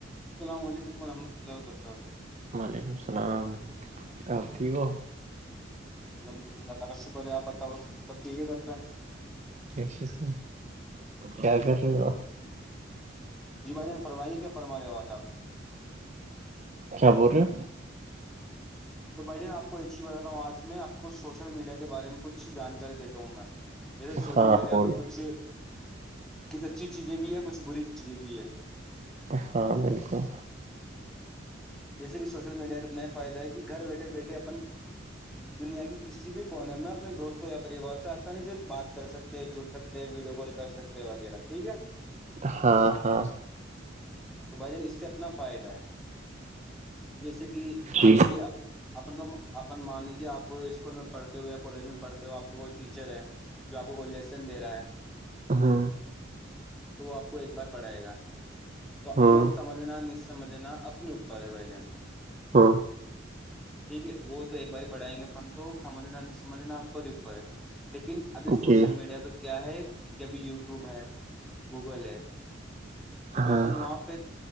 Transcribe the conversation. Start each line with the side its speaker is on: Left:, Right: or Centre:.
Centre: السلام علیکم ورحمۃ اللہ وبرکاتہ
Right: وعلیکم السلام آپ ٹھیک ہو
Centre: الحمد للہ اللہ کا شکر ہے آپ بتاؤ سب ٹھیک ہے کرتے ہیں
Right: اش س کیا کر رہے ہو
Centre: جی بھائی جان فرمائیے کیا فرماے ہو آج آپ
Right: کیا بول رہے ہو
Centre: تو بھائی ج آپ کو ایک چیز بتاتا ہوں آج میں آپ کو سوشل میڈیا کے بارے میں کچھ جانکاری دیتا ہوں میں جیسے سوشل
Right: ہاں
Centre: میڈیا
Right: بول
Centre: پہ کچھ کچھ اچھی چیزیں بھی ہے کچھ بری چیزیں بھی ہے
Right: ہاں بالکل
Centre: جیسے کہ سوشل میڈیا سے اپتنا یہ فائدہ ہے کہ گھر بیٹھے بیٹھے اپن دنیا کی کسی بھی کونے میں اپنے دوستوں یا پریوار سے آسانی سے بات کر سکتے ہیں جڑ سکتے ہیں ویڈیو کال کر سکتے تے وغیرہ ٹھیک ہے
Right: ہاں ہاں
Centre: تو بھائی جان اس سے اپنا فائدہ ہے جیسے کہ
Right: جی
Centre: ابھی اب اپن کو اپن مان لیجیے آپ اسکول میں پڑھتے ہوئے یا کالج میں پڑھتے ہو آپ کو کو ٹیچر ہے جو آپ کوئی لسنس دے رہا ہے
Right: ہ
Centre: تو وہ آپ کو ایک بار پڑھائے گا تو
Right: ہاں
Centre: وہ سمجھ جھنا نمجھینا اپنے اوپر ہے بائی جان
Right: ہاں
Centre: ٹھیک ہے وہ تو ایک باری پڑھائیں گے اپن کو سمجھنا نہیں سمجھنا ا ہی اوپر ہے لیکن ابھی سوشل
Right: جی
Centre: میڈیا پہ کیا ہے کہ ابھی یوٹیوب ہے گوگل ہے تو
Right: ہاں
Centre: اپن وہاں پہ